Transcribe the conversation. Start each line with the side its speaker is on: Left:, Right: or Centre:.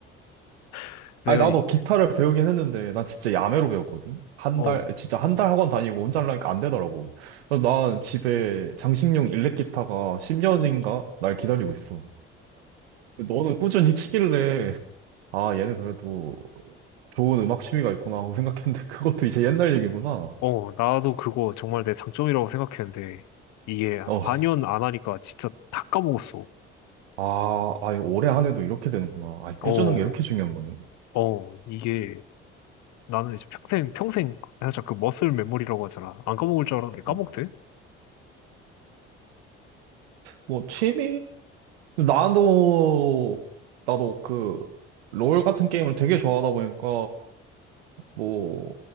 Left: <laughs> 내가
Right: 아니, 나도
Left: 이-
Right: 기타를 배우긴 했는데, 난 진짜 야매로 배웠거든? 한
Left: 어,
Right: 달, 진짜 한 달 학원 다니고 혼자 하려니까 안 되더라고. 그래서 난 집에 장식용 일렉 기타가 10년인가? 날 기다리고 있어. 근데 너는 꾸준히 치길래, 아, 얘는 그래도 좋은 음악 취미가 있구나 하고 생각했는데, <laughs> 그것도 이제 옛날 얘기구나.
Left: 어, 나도 그거 정말 내 장점이라고 생각했는데 이게
Right: 어,
Left: 4년 안 하니까 진짜 다 까먹었어.
Right: 아, 아이, 올해 한 해도 이렇게 되는구나. 아, 꾸준한
Left: 어,
Right: 게 이렇게 중요한 거네.
Left: 어, 이게 나는 이제 평생, 평생, 살짝 그 머슬 메모리라고 하잖아. 안 까먹을 줄 알았는데 까먹대?
Right: 음. 뭐, 취미? 나도, 나도 그, 롤 같은 게임을 되게 좋아하다 보니까, 뭐,